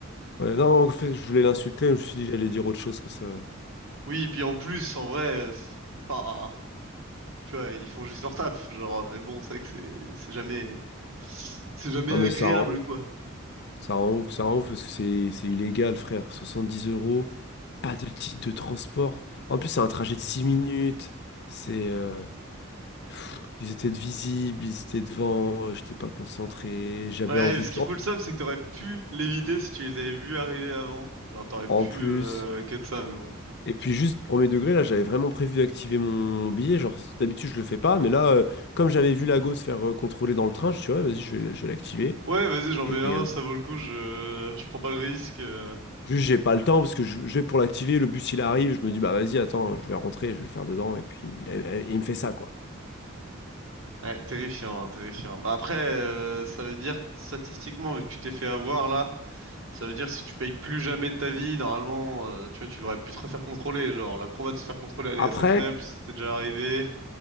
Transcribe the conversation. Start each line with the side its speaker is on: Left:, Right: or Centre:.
Left: ouais, non, en fait, je voulais l'insulter, mais je me suis dit que j'allais dire autre chose que ça.
Right: Oui, et puis en plus, en vrai, euh, c'est pas... tu vois, ils font juste leur taf, genre, mais bon, c'est vrai que c'est c'est jamais c'est jamais
Left: Non,
Right: agréable,
Left: mais ça rend ouf,
Right: quoi.
Left: ça rend ouf, ça rend ouf, parce que c'est, c'est illégal, frère. soixante-dix euros, pas de titre de transport. En plus, c'est un trajet de 6 minutes. C'est, euh, pff, ils étaient de visibles, ils étaient devant, j'étais pas concentré, j'avais
Right: Ouais,
Left: envie
Right: ce
Left: de...
Right: qui fout le seum, c'est que t'aurais pu l'éviter si tu les avais vus arriver avant. Genre, t'aurais pu
Left: En plus.
Right: euh, cut ça, mais bon.
Left: Et puis juste premier degré, là, j'avais vraiment prévu d'activer mon billet. Genre, d'habitude, je le fais pas, mais là, euh, comme j'avais vu Lago se faire euh, contrôler dans le train, je suis ouais, vas-y, je vais, l- je vais l'activer.
Right: Ouais, vas-y, j'en
Left: Et
Right: mets un,
Left: euh,
Right: ça vaut le coup, je, je prends pas le risque. euh.
Left: juste, j'ai pas le temps parce que je, je vais pour l'activer, le bus il arrive, je me dis bah vas-y, attends, je vais rentrer, je vais le faire dedans, et puis et- et- il me fait ça quoi.
Right: Ouais, terrifiant, hein, terrifiant. Bah après, euh, ça veut dire, statistiquement, vu que tu t'es fait avoir, là, ça veut dire si tu payes plus jamais de ta vie, normalement, euh, tu vois, tu devrais plus te refaire contrôler. Genre, la proba de se faire contrôler, elle
Left: Après,
Right: est assez faible, si c'était déjà arrivé.